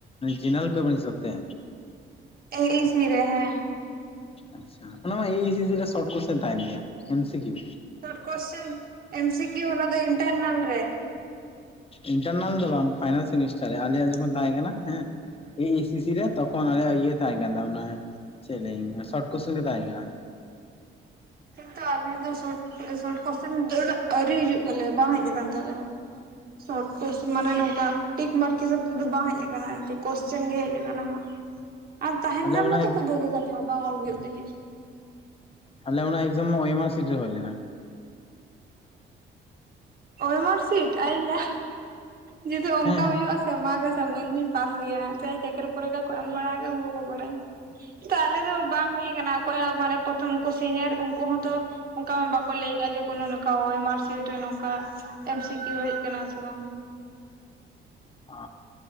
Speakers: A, on the left (about 30°); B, on the right (about 50°).
A: ᱡᱮᱱᱟᱨᱮᱞ ᱯᱮᱯᱤᱨ ᱦᱤᱥᱟᱵ ᱛᱮ
B: ᱮᱭ ᱤᱥᱤ ᱨᱮ ᱦᱮᱸ
A: ᱟᱪᱪᱷᱟ ᱚᱱᱟ ᱢᱟ ᱮᱭ ᱮᱭ ᱥᱤᱥᱤ ᱨᱮ ᱥᱚᱨᱴ ᱠᱚᱥᱪᱮᱱ ᱨᱮ ᱛᱟᱦᱮᱱ ᱜᱮᱭᱟ M C Q
B: short question MCQ ᱚᱱᱟ ᱫᱚ ᱤᱱᱴᱟᱨ ᱱᱟᱞ ᱨᱮ
A: ᱤᱱᱴᱟᱨᱱᱟᱞ ᱫᱚ ᱵᱟᱝ ᱯᱷᱟᱭᱱᱟᱨᱞ ᱥᱮᱢᱤᱥᱴᱟᱨ ᱨᱮ ᱟᱞᱮᱭᱟᱜ ᱡᱚᱠᱷᱚᱱ ᱛᱟᱦᱮᱸ ᱠᱟᱱᱟ ᱦᱮᱸ ᱤᱧ ᱮᱥ ᱥᱤ ᱨᱮ ᱛᱚᱠᱷᱚᱱ ᱟᱞᱮ ᱤᱭᱟᱹ ᱛᱟᱦᱮᱸ ᱠᱟᱱ ᱛᱟᱵᱚᱱᱟ ᱪᱮᱫ ᱞᱮᱧ ᱥᱚᱨᱴ ᱠᱚᱥᱪᱮᱱ ᱜᱮ ᱛᱟᱦᱮᱸ ᱠᱟᱱᱟ
B: ᱠᱤᱱᱛᱩ ᱟᱞᱮ ᱫᱚ ᱥᱚᱴ ᱥᱚᱴ ᱠᱳᱥᱥᱮᱱ ᱟᱣᱨᱤ ᱦᱤᱡᱩᱜ ᱛᱟᱞᱮᱭᱟ ᱵᱟᱝ ᱦᱮᱡ ᱟᱠᱟᱱ ᱛᱟᱞᱮᱭᱼᱟ ᱥᱚᱨᱴ ᱠᱚᱥᱪᱮᱱ ᱢᱟᱱᱮ ᱱᱚᱝᱠᱟ ᱴᱤᱠ ᱢᱟᱨᱠ ᱦᱤᱥᱟᱹᱵ ᱛᱮᱫᱚ ᱵᱟᱝ ᱦᱮᱡ ᱟᱠᱟᱱᱟ ᱱᱤᱝᱠᱹ ᱠᱚᱥᱪᱮᱱ ᱜᱮ ᱦᱮᱡ ᱟᱠᱟᱱᱟ ᱦᱟᱜ ᱟᱨ ᱛᱟᱦᱮᱱ
A: ᱟᱞᱮ
B: ᱠᱷᱟᱱ
A: ᱚᱱᱟ
B: ᱢᱟᱛᱚ ᱠᱷᱩᱵ ᱵᱷᱟᱹᱜᱤ ᱠᱟᱛᱷᱟ ᱵᱟᱝ ᱚᱞ ᱦᱩᱭᱩᱜ ᱛᱤᱧᱟᱹ
A: ᱟᱞᱮ ᱚᱱᱟ ᱮᱠᱡᱟᱢ ᱩᱭᱤᱵᱟᱨ ᱥᱤᱴ ᱨᱮ ᱦᱩᱭ ᱞᱮᱱᱼᱟ
B: ᱳᱭᱮᱢᱟᱨᱥᱤᱴ ᱟᱭᱩ ᱱᱟ ᱡᱩᱫᱤ ᱚᱱᱠᱟ
A: ᱦᱮᱸ
B: ᱦᱩᱭᱩᱜᱼᱟ ᱢᱟ ᱠᱟᱥᱟᱢ ᱤᱧ ᱫᱩᱧ ᱯᱟᱥ ᱜᱮᱭᱟ ᱦᱟᱸᱜ ᱡᱟᱭ ᱪᱟᱹᱠᱨᱤ ᱯᱚᱨᱤᱠᱷᱟ ᱠᱚ ᱮᱢ ᱵᱟᱲᱟ ᱩᱱᱠᱩ ᱠᱚ ᱵᱟᱲᱟᱭᱼᱟ ᱛᱚ ᱟᱞᱮ ᱫᱚ ᱵᱟᱝ ᱦᱩᱭ ᱠᱟᱱᱟ ᱚᱠᱚᱭᱟᱜ ᱢᱟᱱᱮ ᱯᱨᱚᱛᱷᱚᱢ ᱠᱚ ᱥᱤᱱᱤᱭᱟᱨ ᱩᱱᱠᱩ ᱦᱚᱸ ᱛᱚ ᱚᱝᱠᱟ ᱢᱟ ᱵᱟᱠᱚ ᱞᱟᱹᱭ ᱟᱠᱟᱜᱼᱟ, ᱡᱮ ᱠᱚᱱᱚ ᱱᱚᱝᱠᱟ ᱳᱭᱮᱢᱟᱨ ᱥᱤᱴ ᱨᱮ ᱱᱚᱝᱠᱟ ᱮᱢ ᱥᱤ ᱠᱤᱭᱩ ᱦᱮᱡ ᱠᱟᱱᱟ ᱥᱮ ᱵᱟᱝ?
A: ᱚᱻ